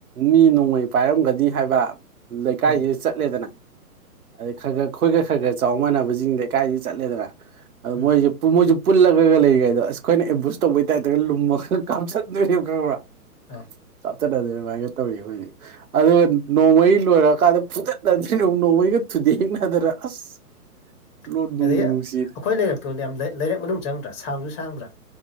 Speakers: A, on the right; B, on the left.
A: ꯃꯤ ꯅꯣꯡꯃꯩ ꯄꯥꯏꯔꯝꯒꯅꯤ ꯍꯥꯏꯕ ꯂꯩꯀꯥꯏꯁꯤ
B: ꯎꯝ
A: ꯆꯠꯂꯦꯗꯅ ꯑꯗꯩ ꯈꯔ ꯈꯔ ꯑꯩꯈꯣꯏ ꯈꯔ ꯈꯔ ꯆꯥꯎ ꯃꯥꯟꯅꯕꯁꯤꯡꯗꯤ ꯂꯩꯀꯥꯏꯁꯤꯗ ꯆꯠꯂꯦꯗꯅ ꯑꯗꯨ
B: ꯎꯝ
A: ꯃꯣꯏꯁꯦ ꯃꯣꯏꯁꯨ ꯄꯨꯜꯂꯒ ꯂꯩꯒ ꯍꯥꯏꯗꯣ ꯑꯁ ꯑꯩꯈꯣꯏꯅ ꯑꯦꯝꯕꯨꯁ ꯇꯧꯕꯩ ꯇꯥꯏꯞꯇꯒ ꯂꯨꯝꯃꯒ ꯀꯥꯞꯁꯤꯟꯗꯣꯏꯅꯦꯕ ꯈꯪꯕ꯭ꯔꯥ <unintelligible>
B: ꯑꯥ
A: ꯐꯨꯠꯗ ꯑꯗꯨꯃꯥꯏꯒ ꯇꯧꯋ ꯑꯩꯈꯣꯏꯗꯤ ꯑꯗꯨꯒ ꯅꯣꯡꯃꯩ ꯂꯣꯏꯔꯛꯀꯥꯟꯗ ꯐꯨꯗꯠꯅꯕꯤ ꯅꯣꯡꯃꯩꯒ ꯊꯨ ꯗꯦꯛꯅꯗꯅ ꯑꯁ
B: <inaudible>
A: ꯂꯣꯔ ꯅꯨꯡꯕꯨ
B: ꯑꯗꯒꯤ
A: ꯅꯨꯡꯁꯤ
B: ꯑꯩꯈꯣꯏ ꯂꯩꯔꯛꯇꯣ ꯌꯥꯝ ꯂꯩꯔꯛ ꯃꯅꯨꯡ ꯆꯪꯗ꯭ꯔꯥ ꯁꯥꯡꯁꯨ ꯁꯥꯡꯗ꯭ꯔꯥ